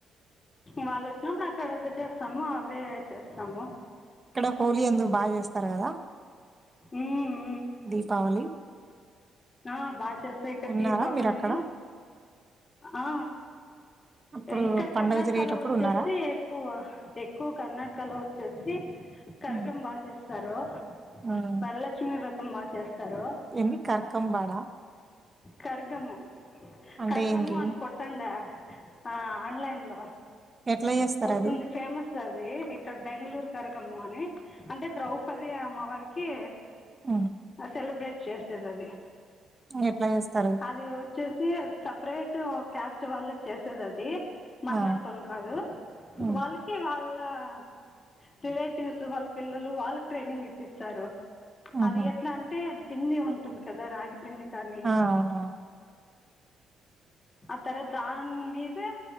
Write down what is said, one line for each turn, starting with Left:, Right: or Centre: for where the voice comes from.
Left: వాళ్ళు వచ్చినప్పుడు అక్కడట్లా చేస్తాము అవే చేస్తాము
Right: ఇక్కడ హోలీ అందరూ బాగా చేస్తారు కదా
Left: ఉమ్
Right: దీపావళి
Left: ఆ బాగా చేస్తాయి ఇక్కడ
Right: ఉన్నారా
Left: దీపావలి
Right: మీరక్కడ?
Left: ఉన్ను ఆ
Right: అప్పుడు
Left: ఇక్కడ
Right: పండగ
Left: కర్ణాటకలో
Right: జరిగేటప్పుడు
Left: వచ్చేసి
Right: ఉన్నారా?
Left: ఎక్కువ ఎక్కువ కర్ణాటకలో వచ్చేసి కర్గం
Right: హ్మ్.
Left: బాగా చేస్తారు
Right: హ్మ్.
Left: వరలక్ష్మి వ్రతం బాగా చేస్తారు
Right: ఏంది కర్కంబడా
Left: కర్గము
Right: అంటే
Left: కర్గము
Right: ఏంటి?
Left: అన్ కొట్టండా ఆ ఆన్లైన్ లో
Right: ఎట్లా జేస్తారది?
Left: వస్తుంది ఫేమస్ అది ఇక్కడ బెంగళూరు కరగమ్ము అని అంటే ద్రౌపది అమ్మవారికి
Right: హ్మ్.
Left: అ సెలబ్రేట్ చేస్తదాది
Right: ఎట్లా జేస్తారు?
Left: అది వచ్చేసి సపరేట్ క్యాస్ట్ వాళ్ళే చేసేది అది మంలాంటోళ్లు
Right: ఆ!
Left: కాదు
Right: హ్మ్.
Left: వాళ్ళకి వాళ్ళ వాళ రిలేటివ్స్ వాళ్ళ పిల్లలు వాళ్ళకి ట్రైనింగ్ ఇప్పిస్తారు
Right: హుహు.
Left: అది ఎట్లా అంటే బింది ఉంటుంది కదా రాగి బింది కానీ
Right: ఆవును
Left: అ తర్త దాని మీదే